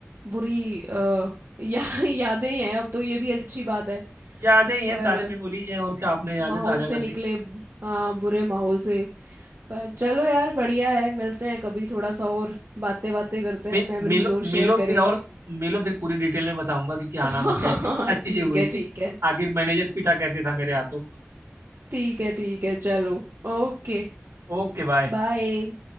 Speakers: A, on the right; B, on the right.
A: बुरी आ, या, <laughs> यादें ही हैं अब तो ये भी अच्छी बात है
B: यादें ही हैं
A: पर
B: सारे मेमोरीज हैं और क्या आपने यादें
A: माहौल
B: ताजा
A: से
B: कर
A: निकले
B: दी
A: हाँ बुरे माहौल से पर चलो यार बढ़िया है मिलते हैं कभी थोड़ा सा और बातें बातें करते
B: मि,
A: हैं मेमोरीज
B: मिलो
A: और
B: मिलो
A: शेयर करेंगे
B: फिर और मिलो फिर पूरी डिटेल में बताऊंगा कि क्या
A: <laughs>
B: नाम
A: हाँ
B: है
A: हाँ
B: कैसे
A: हाँ
B: क्या चीजें
A: ठीक
B: हुई
A: है
B: थी
A: ठीक है
B: आखिर मैनेजर पीटा कैसे था मेरे हाथों
A: ठीक है ठीक है चलो Okay
B: Okay bye
A: bye